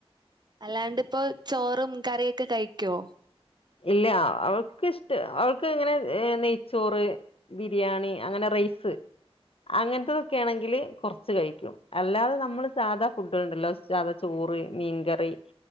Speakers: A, on the right (about 45°); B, on the left (about 65°).
A: അല്ലാണ്ട്പ്പോ ചോറും കറിയൊക്കെ കഴിക്കോ
B: ഇല്ല അവൾക്ക് ഇഷ്ട അവൾക്ക് ഇങ്ങനെ നെയ്ച്ചോറ് ബിരിയാണി അങ്ങനെ റൈസ് അങ്ങനത്തത് ഒക്കെ ആണെങ്കില് കൊറച്ച് കഴിക്കും അല്ലാതെ നമ്മള് സാധാ ഫുഡ്കള്ണ്ടല്ലോ സാധ ചോറ് മീൻകറി